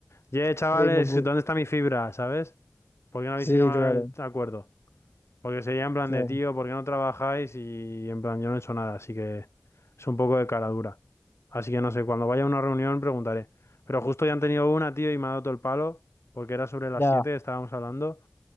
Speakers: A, on the left (about 80°); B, on the left (about 55°).
A: Ye, chavales,
B: Ahí me pu-
A: ¿dónde está mi fibra? ¿Sabes? ¿Por qué no
B: Sí,
A: habéis firmado
B: claro,
A: el acuerdo? Porque sería en plan
B: claro.
A: de, tío, ¿por qué no trabajáis? Y en plan, yo no he hecho nada, así que es un poco de cara dura. Así que no sé, cuando vaya a una reunión preguntaré. Pero justo ya han tenido una, tío, y me ha dado todo el palo, porque era sobre las
B: Ya,
A: 7 estábamos hablando.